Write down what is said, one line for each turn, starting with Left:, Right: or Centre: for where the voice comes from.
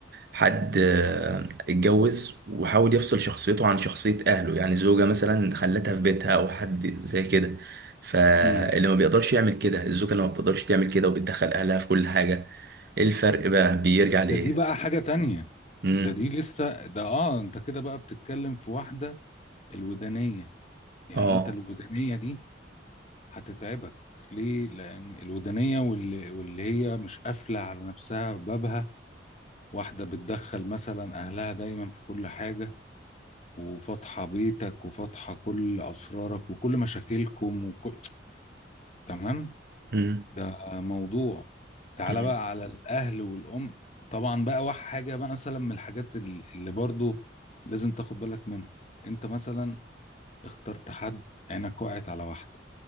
Right: حد آه، اتجوز وحاول يفصل شخصيته عن شخصية أهله يعني زوجة مثلا خلتها في بيتها أو حد زي كده فاللي
Left: امم
Right: ما بيقدرش يعمل كده الزوجة اللي ما بتقدرش تعمل كده وبتدخل أهلها في كل حاجة إيه الفرق بقى بيرجع لإيه؟
Left: ده دي هي بقى باكج حاجة تانية
Right: مم.
Left: ده دي لسه ده آه أنت كده بقى بتتكلم في واحدة الودانية يعني
Right: آه
Left: أنت الودانية دي هتتعبك ليه لان الودانيه واللي, واللي هي مش قافله على نفسها بابها واحده بتدخل مثلا اهلها دايما في كل حاجه وفاتحه بيتك وفاتحه كل اسرارك وكل مشاكلكم وكل تمام
Right: مم.
Left: ده موضوع تعالى
Right: مم.
Left: بقى على الاهل والام طبعا بقى واحد حاجه بقى مثلا من الحاجات ال- اللي برضو لازم تاخد بالك منها انت مثلا اخترت حد عينك وقعت على واحده